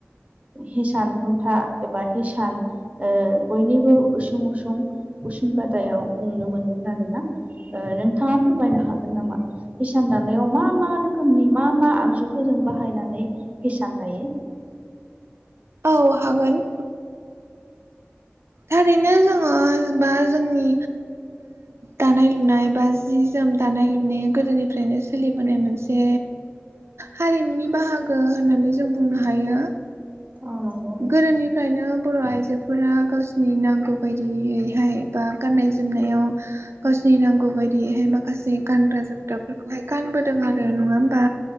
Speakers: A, on the right; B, on the right.
A: हिसान खुन्था एबा हिसान ओ बयनिबो उसुं उसुं उसुं गादायाव नुनो मोनोमोन आरो ना नोंथाङा फोरमायनो हागोन नामा हिसान दानायाव मा मा रोखोमनि मा मा आगजुफोरजों बाहायनानै हिसान दायो?
B: औ हागोन थारैनो जोङो बा जोंनि दानाय लुनाय बा जि जोम दानाय लुनाय गोदोनिफ्रायनो सोलिबोनाय मोनसे हारिमुनि बाहागो होननानै जों बुंनो हायो
A: औ नंगौ
B: गोदोनिफ्रायनो बर' आइजोफोरा गाव नि नांगौ बायदियैहाय बा गाननाय जोमनायाव गावसिोरनि नांगौ बायदियैहाय माखासे गानग्रा जोमग्राफोरखौहाय गानबोदों आरो नङा होमबा?